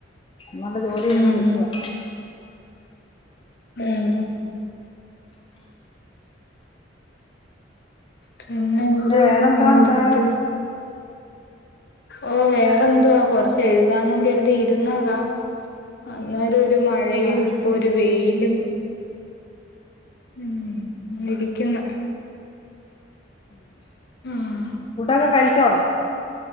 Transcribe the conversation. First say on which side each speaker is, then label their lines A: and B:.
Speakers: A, on the left (about 25°); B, on the left (about 55°).
A: നമ്മടെ ജോലി
B: ഉം
A: ചെയ്തൊണ്ടിരിക്കവാ.
B: ഉം പിന്നെ എന്ത് ചെയ്യുന്നു
A: വേറെന്തോ ഉണ്ട്
B: വിളിക്കുന്ന ഓഹ് വേറെതുവാ കൊറച്ച് എഴുതാന്ന കരുതി ഇരുന്നതാ. അന്നരം ഒരു മഴയും
A: ആ
B: ഇപ്പൊ ഒരു വെയിലും. ഉം എഴുതിട്ടില്ല
A: ഉം
B: ആഹ്
A: ഫുടൊക്കെ കഴിച്ചോ?